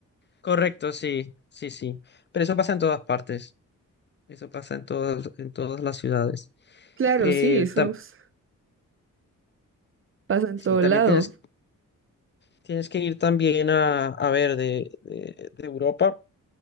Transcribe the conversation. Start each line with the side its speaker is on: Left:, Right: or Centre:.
Left: correcto, sí, sí, sí. Pero eso pasa en todas partes, eso pasa en todas, en todas las ciudades.
Right: Claro,
Left: Eh,
Right: sí, eso
Left: tam-
Right: es- pasa en
Left: sí,
Right: todo
Left: también
Right: lado.
Left: tienes, tienes que ir también a, a ver de, de- de Europa.